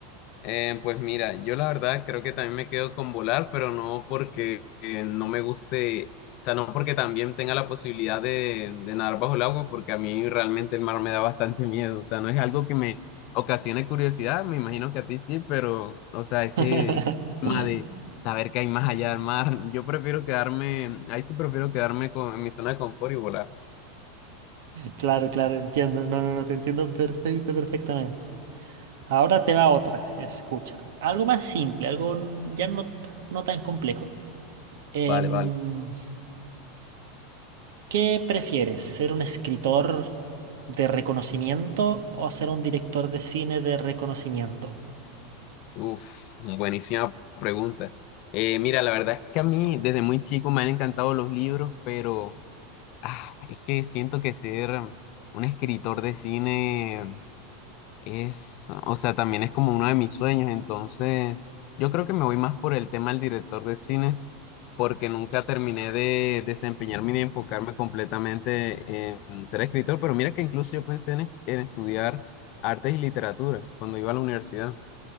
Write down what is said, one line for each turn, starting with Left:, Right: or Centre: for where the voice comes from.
Left: Eh, pues mira, yo la verdad creo que también me quedo con volar, pero no porque eh, no me guste, o sea, no porque también tenga la posibilidad de, de nadar bajo el agua, porque a mí realmente el mar me da bastante miedo, o sea, no es algo que me ocasione curiosidad, me imagino que a ti sí, pero, o sea, ese,
Right: <laughs>
Left: ese tema de saber que hay más allá del mar, yo prefiero quedarme, ahí sí prefiero quedarme con, en mi zona de confort y volar.
Right: Claro, claro, entiendo, no, no, no, te entiendo perfecto, perfectamente. Ahora te va otra, escucha, algo más simple, algo n- ya no, no tan complejo. Em,
Left: Vale, vale.
Right: ¿qué prefieres, ser un escritor de reconocimiento o ser un director de cine de reconocimiento?
Left: Uf, buenísima pregunta. Eh, mira, la verdad es que a mí desde muy chico me han encantado los libros, pero ah, es que siento que ser un escritor de cine es, o sea, también es como uno de mis sueños. Entonces, yo creo que me voy más por el tema del director de cines, porque nunca terminé de desempeñarme ni de enfocarme completamente en ser escritor. Pero mira que incluso yo pensé en en estudiar artes y literatura cuando iba a la universidad.